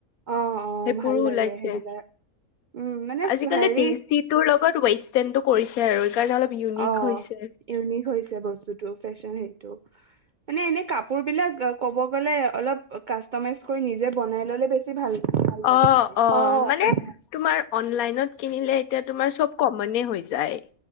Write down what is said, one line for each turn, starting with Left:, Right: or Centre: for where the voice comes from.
Right: অ অ
Left: সেইবোৰো
Right: ভাল লাগে
Left: ওলাইছে,
Right: সেইবিলাক উম, মানে
Left: আজিকালি
Right: ছো- হেৰি
Left: দেচি টোৰ লগত ৱেষ্টটাৰ্ণটো কৰিছে আৰু। সেইকাৰণে অলপ ইউনিক
Right: অঁ
Left: হৈছে।
Right: ইউনিক হৈছে বস্তুত টো ফেশ্বন সেইটো, মানে এনে কাপোৰ বিলাক ক'ব গলে অলপ কাষ্টমাইজ কৰি নিজে বনাই ল'লে বেছি ভাল ভাল লাগে
Left: অঁ,
Right: মানে।
Left: অঁ
Right: অ',
Left: মানে
Right: অ'।
Left: তোমাৰ অনলাইনত কিনিলে এতিয়া তোমাৰ চব কমনে হৈ যায়।